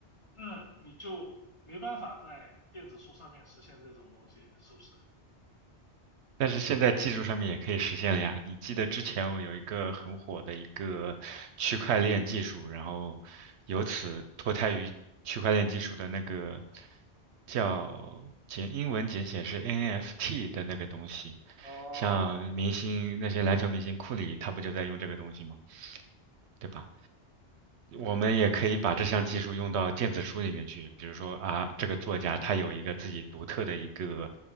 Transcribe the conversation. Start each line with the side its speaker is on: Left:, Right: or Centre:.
Left: 那你就没办法在电子书上面实现这种东西，是不是？
Right: 但是现在技术上面也可以实现了呀。你记得之前我有一个很火的一个区块链技术，然后由此脱胎于区块链技术的那个叫简英文简写是 NFT 的那个东西，
Left: 哦
Right: 像明星那些篮球明星库里，他不就在用这个东西吗？对吧？我们也可以把这项技术用到电子书里面去，比如说啊，这个作家他有一个自己独特的一个